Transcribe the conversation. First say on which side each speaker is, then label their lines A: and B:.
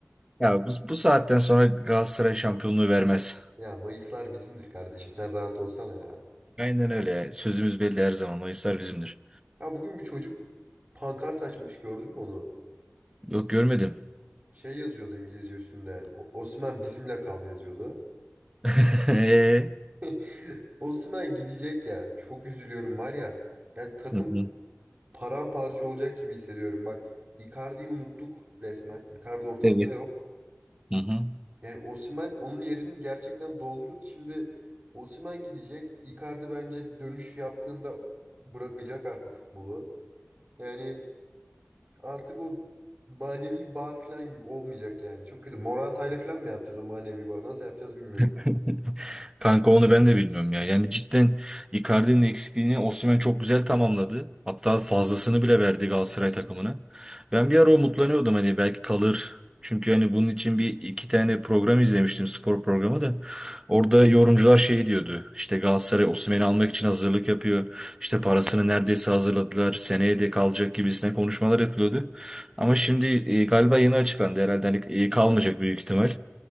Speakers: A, on the right; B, on the right.
A: Ya bu, bu saatten sonra Galatasaray şampiyonluğu vermez.
B: Ya Mayıslar bizimdir kardeşim. Sen rahat olsana ya.
A: Aynen öyle ya. Sözümüz belli her zaman. Mayıslar bizimdir.
B: Ya bugün bir çocuk pankart açmış. Gördün mü onu?
A: Yok görmedim.
B: Şey yazıyordu İngilizce üstünde. O- Osimhen bizimle kal yazıyordu.
A: <laughs> Hı
B: <laughs> Osimhen gidecek ya. Çok üzülüyorum var ya. Yani takım
A: hı.
B: paramparça olacak gibi hissediyorum. Bak Icardi'yi unuttuk resmen. Icardi ortalıkta
A: Evet.
B: yok.
A: Hı hı.
B: Yani Osimhen onun yerini gerçekten dolduruyordu. Şimdi Osimhen gidecek. Icardi bence dönüş yaptığında bırakacak artık futbolu. Yani artık o manevi bağ falan olmayacak yani. Çok kötü. Morata'yla falan mı yapacağız o manevi bağı? Nasıl yapacağız bilmiyorum.
A: <laughs> Kanka onu ben de bilmiyorum ya. Yani cidden Icardi'nin eksikliğini Osimhen çok güzel tamamladı. Hatta fazlasını bile verdi Galatasaray takımına. Ben bir ara umutlanıyordum hani belki kalır. Çünkü hani bunun için bir iki tane program izlemiştim spor programı da. Orada yorumcular şey diyordu. İşte Galatasaray Osimhen'i almak için hazırlık yapıyor. İşte parasını neredeyse hazırladılar. Seneye de kalacak gibisine konuşmalar yapılıyordu. Ama şimdi e, galiba yeni açıklandı herhalde. Hani e, kalmayacak büyük ihtimal.